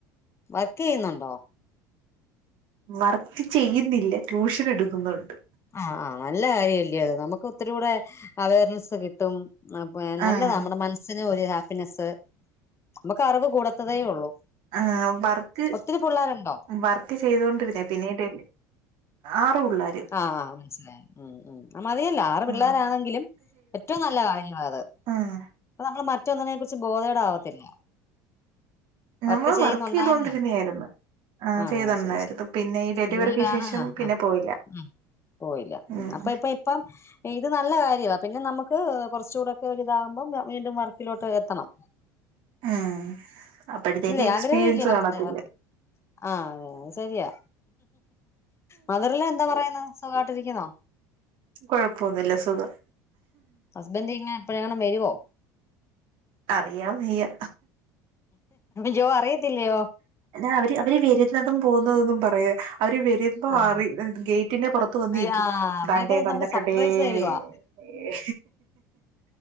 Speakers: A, on the left; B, on the right.
A: വർക്ക് ചെയ്യുന്നുണ്ടോ
B: വർക്ക് ചെയ്യുന്നില്ല ട്യൂഷൻ എടുക്കുന്നൊണ്ട്
A: ആഹ് ആഹ് നല്ല കാര്യല്ലേ അത് നമുക്ക് ഒത്തിരി കൂടെ അവർനെസ്സ് കിട്ടും നല്ലതാണ്
B: ആഹ്
A: നമ്മുടെ മനസ്സിന് ഒരു ഹാപ്പിനെസ്സ് നമ്മുക്ക് അറിവ് കൂടാത്തതേ ഉള്ളൂ
B: ആഹ് വർക്ക്
A: ഒത്തിരി പിള്ളേരുണ്ടോ
B: വർക് ക്ക് ചെയ്തോണ്ടിരുന്നയ പിന്നീട് ആറ് പുള്ളാര്
A: ആഹ് ആഹ് മനസ്സിലായി ഉം ഉം മതിയല്ലൊ ആറ്
B: ആ
A: പിള്ളാരാണെങ്കിലും ഏറ്റവും നല്ല കാര്യവാ അത്
B: ആഹ്
A: അപ്പ നമ്മള് മറ്റൊന്നിനെ കുറിച്ചും ബോധേടാവത്തില്ല വർക്ക്
B: നമ്മള്
A: ചെയ്യുന്നുണ്ടായിരുന്നോ
B: ചെയ്തൊണ്ടിരുന്നായിരുന്നു ആ
A: ആഹ്
B: ചെയ്തുണ്ടായിരുന്നു
A: ശരി ശരി
B: പിന്നെ ഈ ഡെലിവറിക്ക്
A: പിന്നീടാണ്
B: ശേഷം
A: അഹ്
B: പിന്നെ
A: ആഹ്
B: പോയില്ല
A: ഉം പോയില്ല
B: ഉം
A: അപ്പൊ ഇപ്പൊ അപ്പം ഇത് നല്ല കാര്യവ പിന്നെ നമുക്ക് കുറച്ചുകൂടൊക്കെ ഒരിതാകുമ്പം വീണ്ടും വർക്കിലോട്ട് എത്തണം
B: ഉം അപ്പഴത്തേക്ക്
A: ഇല്ലേ
B: എക്സ്പീരിയൻസ്
A: ആഗ്രഹം ഇല്ലേ വർക്ക്
B: കാണത്തില്ല
A: വർക്ക് ആഹ് അത് ശരിയാ മതർല്ലൊ എന്ത പറയുന്നു സുകാട്ടിരിക്കുന്നോ?
B: കുഴപ്പൊന്നുല്ല സുഖം.
A: ഹസ്ബൻഡ് ഇങ്ങന എപ്പഴങ്ങാനും വരോ?
B: അറിയാൻ വയ്യ.
A: ജ അറിയത്തില്ലയോ.
B: ന്ന അവര് അവര് വരുന്നതും പോകുന്നതൊന്നും പറയാ അവര് വരുന്ന ഇപ്പ
A: ആഹ്
B: അറി ഗേറ്റിന്റെ പുറത്ത് വന്നിക്കും.
A: ആഹ്
B: ഇതാണ്ടേ
A: അവരൊക്കെ
B: വന്നട്ടുണ്ടേ.
A: നമുക്ക് സർപ്രൈസ് തരുവാ
B: ഏ